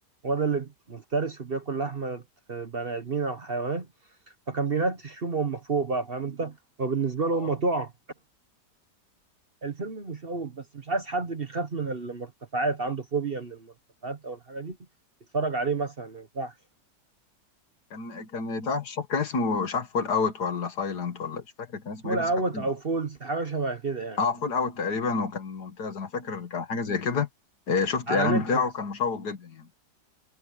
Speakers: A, on the right; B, on the left.
A: هو ده اللي مفترس وبياكل لحمة بني آدمين أو حيوانات فكان بينتشهم وهم فوق بقى فاهم أنت هو بالنسبة
B: آه.
A: له هم طعم الفيلم مشوق بس مش عايز حد بيخاف من المرتفعات عنده فوبيا من المرتفعات أو الحاجة دي يتفرج عليه مثلا ما ينفعش
B: كان كان بتاع الشاف كان اسمه مش عارف فول اوت ولا سايلنت ولا مش فاكر كان اسمه
A: فول
B: ايه بس
A: أوت
B: كان حلو
A: أو فولز حاجة شبه كده يعني
B: اه فول اوت تقريبا وكان ممتاز انا فاكر كان حاجه زي كده آه، شفت
A: على
B: الاعلان
A: نتفليكس
B: بتاعه كان مشوق جدا يعني